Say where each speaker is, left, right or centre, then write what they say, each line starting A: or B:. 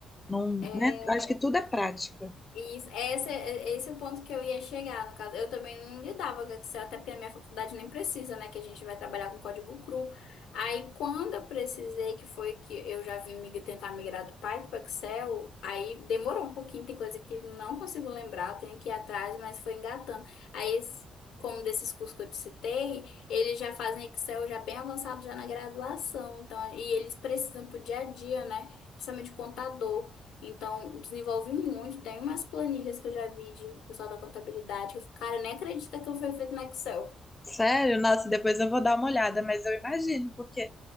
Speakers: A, on the left (about 15°); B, on the left (about 80°).
A: não-
B: é
A: né? Acho que tudo é prática.
B: Isso, esse, é- esse é o ponto que eu ia chegar, no caso. Eu também não lidava com Excel, até porque a minha faculdade nem precisa, né? Que a gente vai trabalhar com código cru. Aí, quando eu precisei, que foi que eu já vim mig- tentar migrar do Python para Excel, aí demorou um pouquinho, tem coisa que não consigo lembrar, eu tenho que ir atrás, mas foi engatando. Aí, esse- como desses cursos que eu te citei, eles já fazem Excel já bem avançado, já na graduação. Então, e eles precisam pro dia a dia, né? Principalmente contador. Então, desenvolve muito. Tem umas planilhas que eu já vi de pessoal da contabilidade. que, eu fico, Cara, nem acredita que aquilo foi feito no Excel.
A: Sério, nossa, depois eu vou dar uma olhada, mas eu imagino, porque